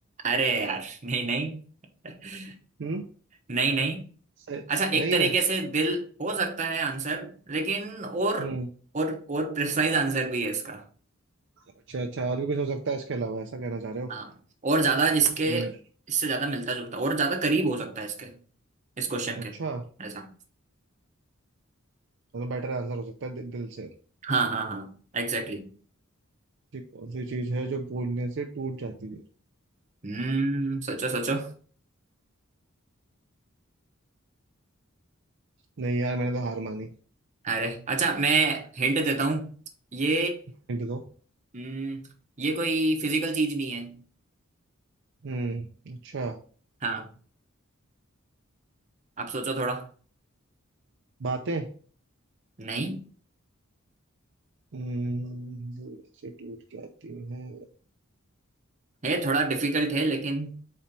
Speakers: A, on the right; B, on the right.
A: अरे यार नहीं नहीं <laughs>
B: हम्म
A: नहीं नहीं
B: सही
A: अच्छा एक
B: नहीं
A: तरीके
B: है
A: से दिल हो सकता है आंसर लेकिन और
B: हम्म
A: और और प्रिसाइज आंसर भी है इसका
B: अच्छा अच्छा और भी कुछ हो सकता है इसके अलावा ऐसा कहना चाह रहे हो
A: हाँ और ज्यादा जिसके
B: हम्म
A: इससे ज्यादा मिलता जुलता और ज्यादा करीब हो सकता है इसके इस क्वेश्चन
B: अच्छा
A: के ऐसा
B: मतलब बेटर आंसर हो सकता है दि, दिल से
A: हाँ हाँ हाँ एग्जैक्टली
B: ठीक कौन सी चीज है जो बोलने से टूट जाती है
A: हम्म सोचो सोचो
B: नहीं यार मैंने तो हार मानी
A: अरे अच्छा मैं हिंट देता हूँ ये
B: हिंट दो
A: हम्म ये कोई फिजिकल चीज नहीं है
B: हम्म अच्छा
A: हाँ आप सोचो थोड़ा
B: बातें
A: नहीं
B: इंस्टीट्यूट क्या आती है
A: है थोड़ा डिफिकल्ट है लेकिन